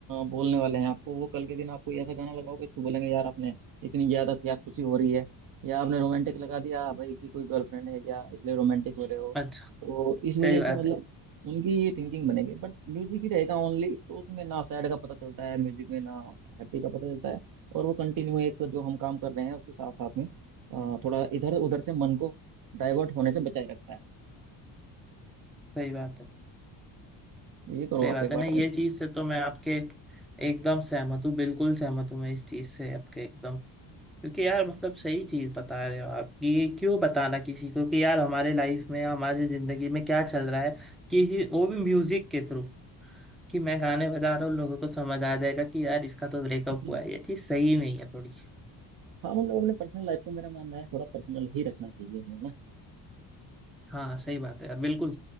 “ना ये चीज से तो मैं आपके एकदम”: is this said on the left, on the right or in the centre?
Centre